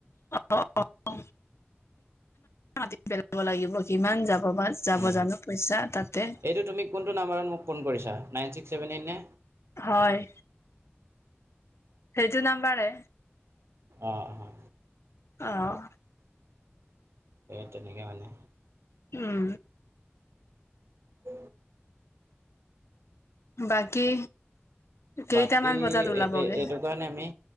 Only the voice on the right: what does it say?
উ
এইটো তুমি কোনটো নাম্বৰত মোক ফোন কৰিছা নাইন ছিক্স চেভেন এইট নে
অ অ
সেই তেনেকে মানে
উ
বাকী
এইটো কাৰণে আমি